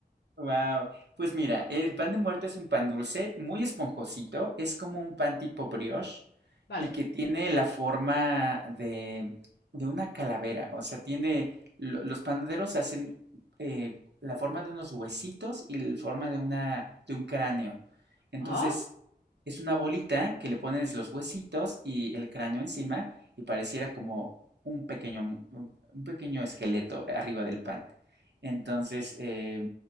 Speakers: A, on the right; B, on the left.
A: Wow, pues mira, el pan de muerto es un pan dulce, muy esponjosito, es como un pan tipo brioche
B: vale.
A: y que tiene la forma de, de una calavera, o sea, tiene, lo- los panaderos hacen eh, la forma de unos huesitos y la forma de una, de un cráneo. Entonces
B: Ah.
A: es una bolita que le pones
B: Ujú,
A: los huesitos y el cráneo encima y pareciera como un pequeño, un un pequeño esqueleto arriba
B: ujú,
A: del pan.
B: ujú.
A: Entonces, eh,